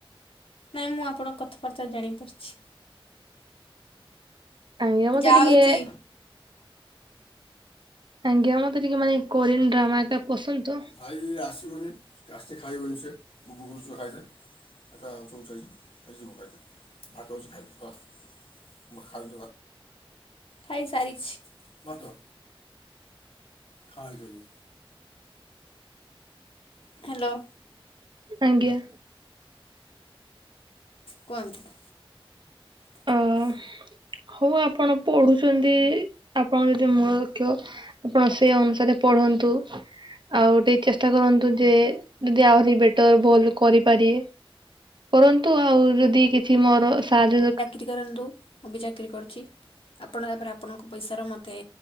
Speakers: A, on the left; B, on the right.
A: ନାଇଁ ମୁଁ ଆପଣଙ୍କ କଥାବାର୍ତ୍ତା ଜାଣି ପାରୁଛି
B: ଆଜ୍ଞା ମତେ
A: ଯାଉଛି
B: ଟିକେ ଆଜ୍ଞା ମତେ ଟିକେ ମାନେ କୋରିଆନ ଡ୍ରାମା ଟା ପସନ୍ଦ ତ
A: ଭାଇ ଆସିବନି ଗାଷତି ଖାଇବ ନି ସେ ଗୁବୁ ଗୁୁ ଖାଇଵେ <unintelligible> ଖାଇ ଖାଇସାରିଛି। ଖାଇ ସାଇଲେ ହ୍ୟାଲୋ
B: ଆଜ୍ଞା
A: କୁହନ୍ତି <inaudible>
B: ଅ ହଉ ଆପଣ ପଢୁଛନ୍ତି ଆପଣଙ୍କ ଯଦି ମୂଳ ଲକ୍ଷ। ଆପଣ ସେ ଅନୁସାରେ ପଢନ୍ତୁ। ଆଉ ଟିକେ ଚେଷ୍ଟା କରନ୍ତୁ ଯେ ଯଦି ଆହୁରି ବେଟର ଭଲ୍ କରିପାରିବେ କରନ୍ତୁ ଆଉ ଯଦି କିଛି ମୋର ସାହାଯ୍ୟ ଦରକାର
A: ପ୍ରତି କରନ୍ତୁ ମୁଁ ବି ଚାକିରି କରିଛି। ଆପଣ ତାପରେ ଆପଣଙ୍କ ପଇସାର ମୋତେ